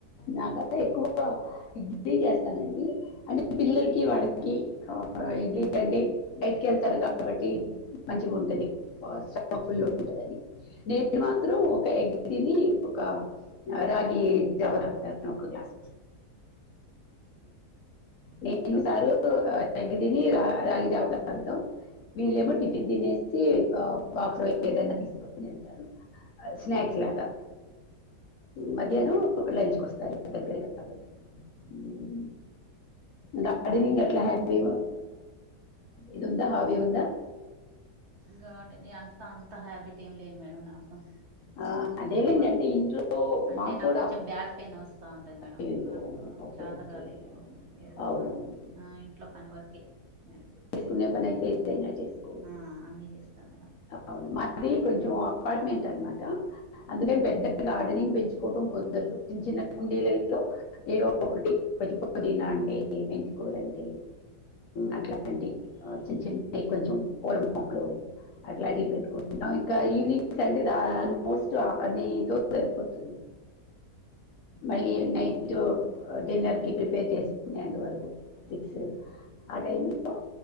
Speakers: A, on the left; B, on the right.
A: నాకు అదే ఎక్కువ ఇడ్రీ చేస్తానండి అంటే పిల్లలకి వాళ్ళకి ఇ్రీ బయట్కి వెళ్తారు కాబట్టి మంచిగా ఉంటంది స్ట ఫుల్ ఉంటంది అని నేను మాత్రం ఒక ఎగ్గిదిని ఒక రాగి జావా తాగుతాను ఒక గ్లాస్ నేను సారు నగ్గిదిని రా రాగి జావా తాగుతాం వీళ్ళేమో టిఫిన్ తినేసి ఆ బాక్ లో ఏదనా తీసుకుని వెళ్తారు స్నాక్స్ లాగా
B: అవునా
A: మ మధ్యాసం లంచ్కి వస్తారు దగ్గరే కాబట్టి ఉమ్, గార్డెనింగ్ ఎట్లా హపీ ఇది ఉందా హవి ఉందా
B: గాడ అంత అంత హ్యాబిటీ ఏం లే మేడం నాకు
A: ఆ,
B: ఇంట్లా
A: అదేలేండి
B: వర్క్
A: అంటే ఇంట్లో
B: అంటే
A: మాకు
B: నాకు
A: కూడా
B: కొంచెం బ్యాక్ పెయిన్ వస్తా ఉంటది మేడం
A: అయ్యో
B: ఆహా
A: ఓకే
B: చేత
A: ఓకే
B: కాదు ఎక్కువ ఏదో
A: అవునవును
B: వర్క్ ఇంట్లో పని వర్కే మేడం
A: కొన్ని పని అయితే ఎప్పుడూ అన్న చేసుకోవచ్చు
B: ఆ అన్నీ చేస్తాం మేడం
A: అవును మాది కొంచెం అపార్ట్మెంట్ అనమాట అందుకని పెద్ద గార్డెనింగ్ పెంచుకోవటం కుదరదు చిన్న చిన్న కుండీలలో ఏదో ఒకటి పదిపోదీనా అంటే మెంతికూర అంటే అట్లాంటి చిన్న చిన్న కొంచెం పోల మొక్కలు అట్లాంటివి పెట్టుకుంటాం ఇంకా ఈవినింగ్స్ ది ఆల్మోస్ట్ ఆ పనితో సరిపోతుంది మళ్ళీ నైట్ డిన్నర్ కి ప్రిపేర్ చేసుకునేంత వరకు సిక్స్ ఆ టైమ్ లో